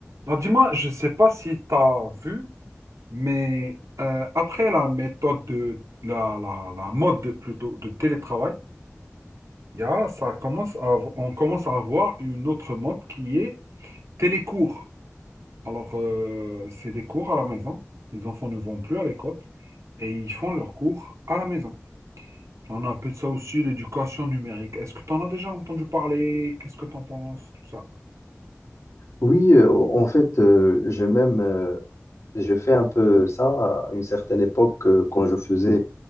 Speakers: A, on the right; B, on the left.
A: Alors, dis-moi, je sais pas si tu as vu, mais euh, après la méthode de la, la, la mode plutôt de télétravail, il y a, ça commence à, av- on commence à avoir une autre mode qui est télécours. Alors, euh, c'est des cours à la maison. Les enfants ne vont plus à l'école et ils font leurs cours à la maison. On appelle ça aussi l'éducation numérique. Est-ce que tu en as déjà entendu parler? Qu'est-ce que tu en penses? Tout ça.
B: Oui, euh, en fait, euh, j'ai même euh, et Je fais un peu ça à une certaine époque euh, quand je faisais